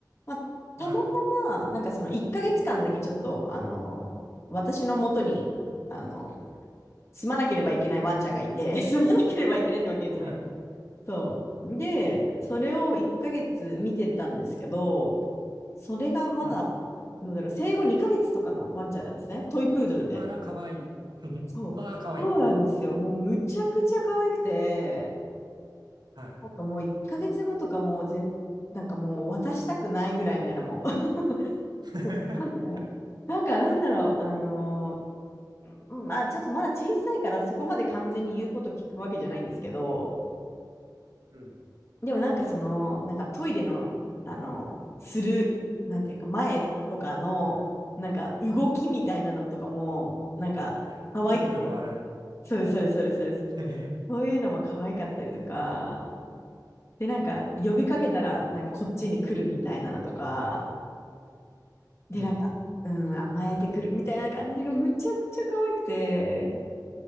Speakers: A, on the left (about 40°); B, on the right (about 75°).
A: まあ、たまたま、
B: はい。
A: なんかその1ヶ月間だけちょっと、あの、私の元に、あの、住まなければいけないワンちゃんがいて、<laughs> 住まなければいけないってわけじゃないん
B: はい。
A: そう。で、それを1ヶ月見てたんですけど、それがまだ、
B: はい。
A: どうだろう、生後2ヶ月とかのワンちゃんなんですね。トイプードルで。
B: あら、かわいい。<laughs>
A: そう。
B: あら、かわいい。
A: そうなんですよ。もうむちゃくちゃ可愛くて、
B: はい。
A: なんかもう1ヶ月後とかもうぜ、なんかもう渡したくないぐらいみたいな、もう。<laughs>
B: <laughs>
A: そうあみたいな。なんかなんだろう、あのーうんまあちょっとまだ小さいからそこまで完全に言うこと聞くわけじゃないんですけど、
B: うん。
A: でもなんかその、なんかトイレの、あの、する、なんていうか前とかの、なんか動きみたいなのとかも、なんか可愛くて、
B: はいはい。くるくる回る。
A: そうです、そうです、そうです、そうです。
B: <laughs>
A: そういうのも可愛かったりとか、で、なんか呼びかけたら、なんかこっちに来るみたいなのとか、で、
B: うん。
A: なんか、うん、甘えてくるみたいな感じがむちゃくちゃ可愛くて、